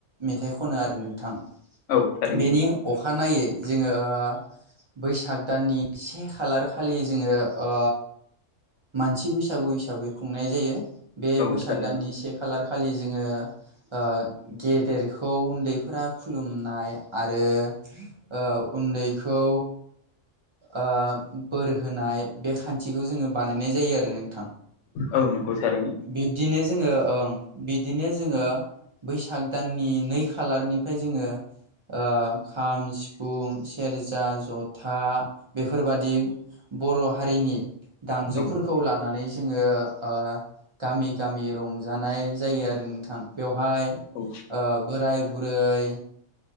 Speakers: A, on the right (about 55°); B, on the left (about 85°).
A: मेथाइ खनो आरो नोंथां।
B: औ थारैनो
A: बेनि अखानायै जोंङो ओ बैसाग दाननि से खालार खालि जोंङो ओ मानसि बैसागु हिसाबै खुंनाय जायो बे
B: औ
A: बैसाग
B: थारैनो
A: दाननि से- खालार खालि जोंङो ओ गेदेरखौ उन्दैफोरा खुलुमनाय आरो ओ उन्दैखौ ओ बोर होनाय बे खान्थिखौ जोङो बानायनाय जायो आरो नों
B: औ नंगौ थारैनो।
A: बिब्दिनो जोंङो ओं बिब्दिनो जोंङो बैसाग दाननि नै खालारनिफ्राय जोंङो ओ खाम सिफुं सेरजा जथा- बेफोरबादि बर' हारिनि दामजुफोरखौ
B: औ
A: लानानै जोंङो ओ गामि-गामि रंजानाय जायो आरो नोंथां बेवहाय
B: औ
A: बोराय बुरै